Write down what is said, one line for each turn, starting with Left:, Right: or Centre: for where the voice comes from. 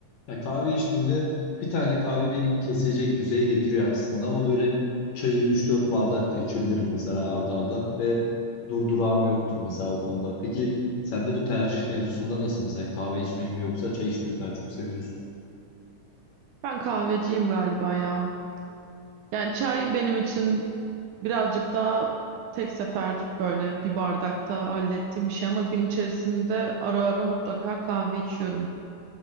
Left: ya kahve içtiğinde bir tane kahve beni kesecek düzeye getiriyor aslında ama böyle çayı üç dört bardak da içebilirim mesela arda arda ve durdurağım yoktur mesela o konuda. Peki sen de bu tercih mevzusunda nasıl mesela kahve içmeyi mi yoksa çay içmeyi mi daha çok seviyorsun?
Right: Ben kahveciyim galiba ya. Yani çay benim için birazcık daha tek sefer böyle bir bardakta hallettiğim bir şey ama gün içerisinde ara ara mutlaka kahve içiyorum.